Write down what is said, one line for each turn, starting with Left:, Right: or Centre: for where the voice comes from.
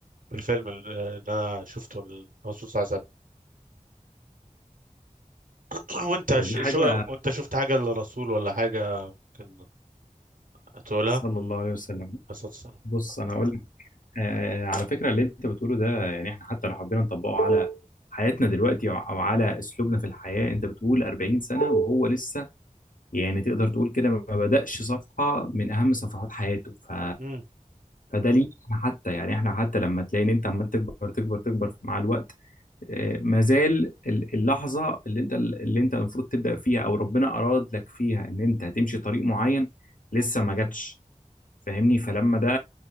Right: في الفيلم اللي انا شفته الرسول صلى الله عليه وسلم <clears throat> وانت
Left: ده
Right: ش-
Left: دي حاجه
Right: شو وانت شفت حاجة للرسول ولا حاجة كان هتقولها
Left: صلى
Right: عليه
Left: الله عليه وسلم
Right: الصلاة والسلام
Left: بص انا هقول لك آه على فكره اللي انت بتقوله ده يعني احنا حتى لو حبينا نطبقه على حياتنا دلوقتي او أو على اسلوبنا في الحياه انت بتقول 40 سنه وهو لسه يعني تقدر تقول كده ما بدأش صفحه من اهم صفحات حياته ف...
Right: امم
Left: فده ليك حتى يعني احنا حتى لما تلاقي ان انت عمال تكبر تكبر تكبر مع الوقت آه ما زال ال- اللحظه اللي انت اللي انت المفروض تبدأ فيها او ربنا اراد لك فيها ان انت هتمشي طريق معين لسه ما جاتش فاهمني فلما ده